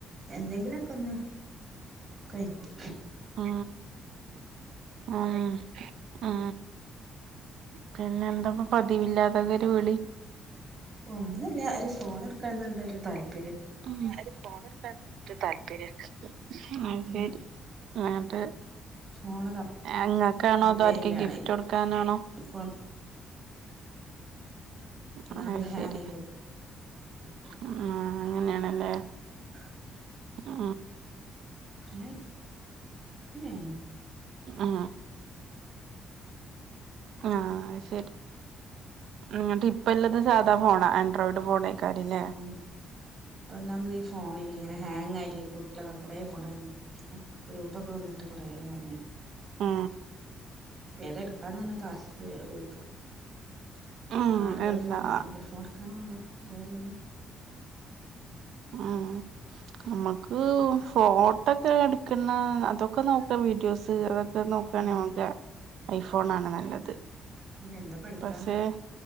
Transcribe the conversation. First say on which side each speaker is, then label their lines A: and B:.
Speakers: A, on the right; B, on the right.
A: എന്തെങ്കിലൊക്കെ ഒന്ന് കഴിക്കും
B: ആ ആഹ ആ പിന്നെ എന്താ പതിവില്ലാതെ ഒരു വിളി
A: ഒന്നുമില്ല ഒരു ഫോൺ എടുക്കാ എന്നുള്ള ഒരു താൽപ
B: <unintelligible> ആ ഫോണടുക്കാൻ ഒരുതാൽപര്യണ്ട് ആ
A: ഉം
B: ശരി <unintelligible>
A: ഫോണ്
B: എങ്ങക്കാണോ
A: കംപ്ലൈന്റ്
B: അതോ ആർക്ക്
A: ആണ്
B: ഗിഫ്റ്റ് കൊടുക്കാനാണോ
A: ഇപ്പൊ ഒന്നാമത്
B: അഹ
A: ഹാങ്
B: ശരി
A: ആയി കെടക്കെ
B: ആ അങ്ങനെയണല്ലേ
A: <inaudible>
B: ആ
A: ഹേ തന്നെ
B: ആ ആ അയ് ശരി എന്നിട്ട് ഇപ്പ ഇല്ലാത സാദാ ഫോണാ റോഡ് <unintelligible> ഫോൺയിക്കാരില്ലേ
A: ഏഹ് ഇപ്പൊ ഒന്നാമതി ഫോണില് ഇങ്ങനെ ഹാങ് ആയി് കുട്ടികളക്ക ഫോണ ഗ്രൂപ്പൊക്കെ വന്നിട്ട് കുറെ ഹാങ് ആയി
B: ആ
A: ത എടുക്കാന്നെ താല്പര്യ ചോദിക്കാൻ <unintelligible>
B: ഉം
A: ത്രോ
B: എന്താ
A: <unintelligible> ഫോൺ എടുക്കാൻ കണ്ണോലോ <unintelligible>
B: ആ നമ്മുക്ക് ഫോട്ടോൊക്കെ എടുക്കുന്ന അതൊക്കെ നോക്ക വീഡിയോസ് അത് നോക്കയാണ
A: പിന്നെ
B: നമുക്ക് ഐഫോൺ ആണ് നല്ലത്
A: എന്താപ്പ എടുക്കാന്ന്
B: പസെ